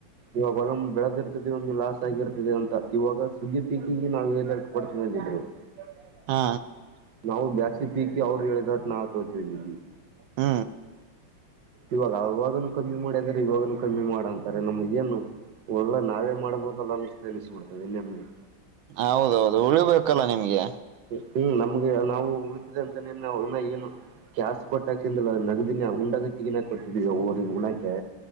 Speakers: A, on the right; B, on the right.
A: ಇವಾಗ ಒಲಮ್ಮ್ ಬೆಳೆದಿರ್ತದೆ ಒಮ್ಮೆ ಲಾಸ್ ಆಗಿರ್ತದೆ ಅಂತ ಇವಾಗ ಸುಗ್ಗಿ ಪೀಕಿಗೆ ನಾವು ಹದ ಕೊಡ್ತೀವಿ ಅಂದಿದ್ರು ಹ
B: ಹಾ
A: ನಾವು ಬ್ಯಾಸಿ ಪೀಕಿ ಅವ್ರು ಹೇಳಿದ ನಾ ತೊಗೊತಿಂದ್ವಿ
B: ಹೂ
A: ಇವಾಗ ಅವವಾಗನುೂ ಕಮ್ಮಿ ಮಾಡ್ಯದ್ರೆ ಇವಾಗನು ಕಮ್ಮಿ ಮಾಡಂತಾರೆ ನಮ್ಗ ಏನು ಹೊಲ ನಾವೇ ಮಾಡ್ಬೋದಲ್ಲ ಅನ್ನ ತಿಳಿಸ್ಬಿಡ್ತದೆ ಇನ್ನೆಮ್ಮಗೆ
B: ಹೌದೌದು ಉಳಿಬೇಕಲ್ಲ ನಿಮ್ಗೆ
A: ಹೂ ನಮ್ಗೆ ನಾವು ಉಳಿತಿದೆ ಅಂತಾನೇಾ ಏನು ಕ್ಯಾಸ್ ಕೊಟ್ಟಾಕ್ ಚಿಂದ ನಗದಿನ ಉಂಡಗತಿಗಿನ ಕೊಟ್ಟಿದೀವಿ ಊ ಉುಣಾಕೆ